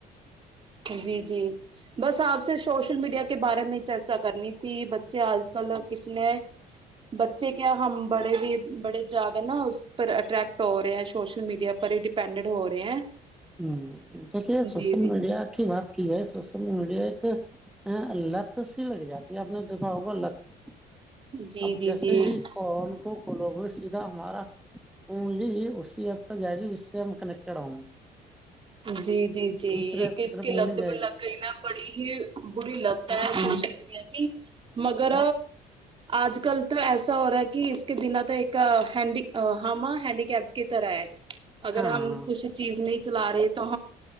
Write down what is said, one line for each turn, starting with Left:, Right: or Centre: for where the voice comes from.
Right: جی جی <unintelligible> بس آپ سے سوشل میڈیا کے بارے میں چرچا کرنی تھی بچے آج کل کتنے بچے کیا ہم بڑے بھی بڑے زیادہ نا اس پر اٹریکٹ ہو رہے ہیں سوشل میڈیا پر ہی ڈیپینڈنٹ ہو رہے ہیں
Centre: ہیکے سوشل
Right: جی جی
Centre: میڈیا بات کی جائے سوشل میڈیا ایک لت سی لگ جاتی ہے آپ نے دکھا ہوگا لت
Right: جی
Centre: اب
Right: جی
Centre: جیسے
Right: جی
Centre: ہی فون کو کھولو گے سیدھا ہمارا اونلی اسی ایپ پہ جائے گی جس سے ہم کنیکٹیڈ ہوں گے
Right: جی جی جی
Centre: دوسرے
Right: ایک
Centre: ایپ
Right: اس
Centre: طرف
Right: کی
Centre: انگلی
Right: لت
Centre: جائے
Right: پ لگ
Centre: گی
Right: گئی نا بڑی ہی بری لت ہے
Centre: ہاں
Right: مرییا کی مگر
Centre: ہاں
Right: آج کل تو ایسا ہو رہا ہے کہ اس کے بنا تو ایک ہینڈی ہما ہینڈی کیپ کی طرح ہے اگر
Centre: ہاں
Right: ہم کچھ چیز نہیں چلا رہے تو